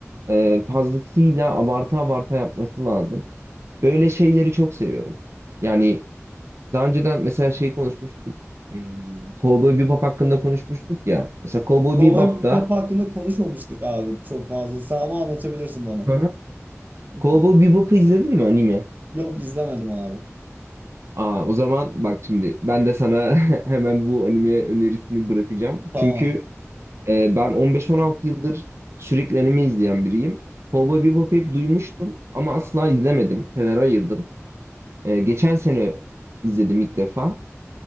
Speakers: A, on the right; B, on the right.
A: e, fazlasıyla abarta abarta yapması lazım. Böyle şeyleri çok seviyorum. Yani daha önceden mesela şey konuşmuştuk. Hmm, Cowboy Bebop hakkında konuşmuştuk ya. Mesela Cowboy
B: Kolay
A: Bebop'ta
B: bir Papa hakkında konuşmamıştık abi çok fazla. Sen ama anlatabilirsin bana.
A: Hı hı.
B: <laughs>
A: Cowboy Bebop'u izledin mi anime?
B: Yok izlemedim abi.
A: Aa, o zaman bak şimdi ben de sana <laughs> hemen bu anime önerisini bırakacağım.
B: Tamam.
A: Çünkü e, ben 15-16 yıldır sürekli anime izleyen biriyim. Cowboy Bebop'u hep duymuştum ama asla izlemedim. Kenara ayırdım. E, geçen sene izledim ilk defa.